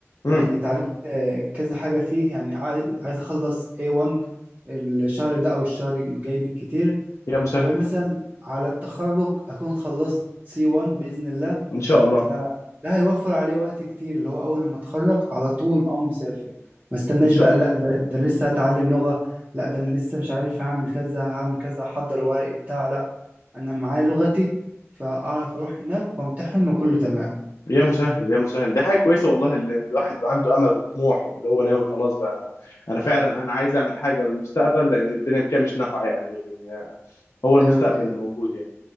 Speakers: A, on the left (about 85°); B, on the right (about 35°).
A: امم
B: يعني اتعلمت آه، كذا حاجة فيه يعني عايز عايز أخلص A1 الشهر ده أو الشهر الجاي بالكتير
A: يا مسهل
B: ومثلا على التخرج أكون خلصت C1 بإذن الله
A: ان شاء الله
B: فده هيوفر عليه وقت كتير اللي هو أول لما أتخرج على طول أقوم مسافر ما استناش
A: ان شاء
B: بقى
A: الله
B: لا ده, ده أنا لسه هتعلم لغة لا ده أنا لسه مش عارف هعمل كذا هعمل كذا أحضر ورقي بتاع لا أنا معايا لغتي فأعرف أروح هناك وأمتحن وكله تمام
A: يا مسهل يا مسهل دي حاجة كويسة والله اللي الواحد بيبقى عنده امل وطموح اللي هو ناوي خلاص بقى انا انا فعلا انا عايز اعمل حاجة للمستقبل لان الدنيا كده مش نافعة يعني آه، هو المستقبل
B: آه،
A: اللي موجود يعني